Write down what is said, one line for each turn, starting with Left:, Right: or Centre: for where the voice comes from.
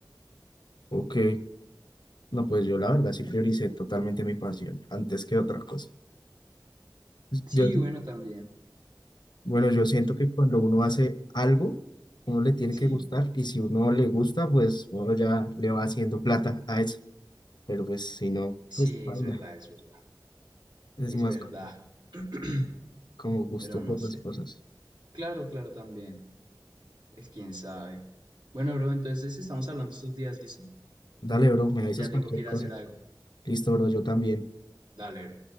Left: Ok, no, pues yo la verdad sí prioricé totalmente mi pasión antes que otra cosa.
Right: Sí,
Left: Yo,
Right: bueno, también.
Left: bueno, yo siento que cuando uno hace algo, uno le tiene
Right: Sí,
Left: que gustar y si uno le gusta, pues uno ya le va haciendo plata a eso. Pero pues si no,
Right: sí,
Left: pues baila.
Right: es verdad, es verdad.
Left: Es
Right: Es
Left: más
Right: verdad.
Left: co-
Right: <clears throat>
Left: como gusto
Right: Pero no
Left: por
Right: sé.
Left: las cosas.
Right: Claro, claro, también. Es quién sabe. Bueno, bro, entonces estamos hablando estos días, ¿listo?
Left: Dale, bro, me avisas
Right: Ya tengo
Left: cualquier
Right: que ir
Left: cosa.
Right: a hacer algo.
Left: Listo, bro, yo también.
Right: Dale, bro.